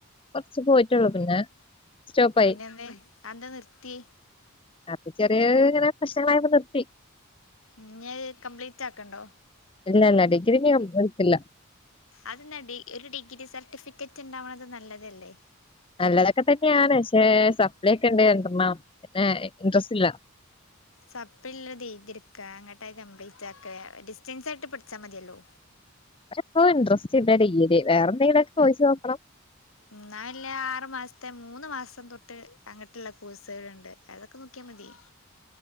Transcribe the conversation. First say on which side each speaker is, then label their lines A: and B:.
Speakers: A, on the left (about 25°); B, on the left (about 65°).
A: കുറച്ച് പോയിട്ടുള്ളു പിന്നെ സ്റ്റോപ്പായി
B: പിന്നെ എന്താ അത് എന്താ നിർത്തിയെ
A: അത് ചെറിയ ഇങ്ങനെ പ്രശ്നങ്ങളായിപ്പാ നിർത്തി
B: ഇനി അത് കംപ്ലീറ്റ് ആക്കണ്ടോ
A: ഇല്ലില്ല ഡിഗ്രി ഞാൻ പോയിട്ടില്ല
B: അത് എന്താ ഒരു ഡിഗ്രി സർട്ടിഫിക്കറ്റ് ഉണ്ടാവണത് നല്ലതല്ലേ
A: നല്ലതൊക്കെ തന്നെയാണ് പക്ഷെ സപ്ലൈ ഒക്കെ ഉണ്ട് രണ്ടെണ്ണം പിന്നെ ഇൻട്രസ്റ്റ് ഇല്ല
B: സപ്ലിള്ളത് എഴുതിയെടുക്ക അങ്ങട്ട് കംപ്ലീറ്റാക്ക്‌ ഡിസ്റ്റൻസ് ആയിട്ട് പഠിച്ചാൽ മതിയല്ലോ
A: ക്ഷെപ്പോ ഇൻട്രസ്റ്റ് ഇല്ലന്റെ രീതിൽ വേറെന്തെങ്കിലോക്കെ കോഴ്സ് നോക്കണം.
B: ന്നാ വെല്ലോ ആറു മാസത്തെ മൂന്ന് മാസം തൊട്ട് അങ്ങോട്ടുള്ള കോഴസുകൾ ഉണ്ട് അതൊക്കെ നോക്കിയാൽ മതി